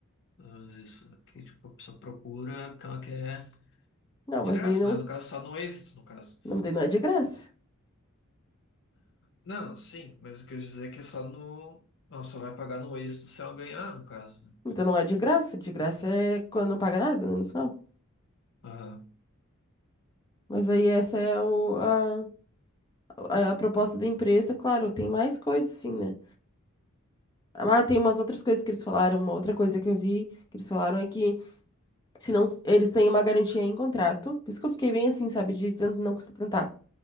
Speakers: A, on the left (about 60°); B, on the left (about 20°).
A: Mas isso que tipo, a pessoa procura o que ela quer
B: Não, mas
A: de graça,
B: daí não,
A: né? No caso, só no êxito, no caso.
B: não, daí não é de graça.
A: Não, sim, mas o que eu quis dizer é que é só no. Não, só vai pagar no êxito se ela ganhar, no caso, né?
B: Então não é de graça, de graça é quando não paga nada, né, no final.
A: Aham,
B: Mas aí essa é o, a- a, a proposta da empresa, claro, tem mais coisas, sim, né? Ah, tem umas outras coisas que eles falaram, uma outra coisa que eu vi que eles falaram é que se não, eles têm uma garantia em contrato. Por isso que eu fiquei bem assim, sabe, de tanto não custa tentar.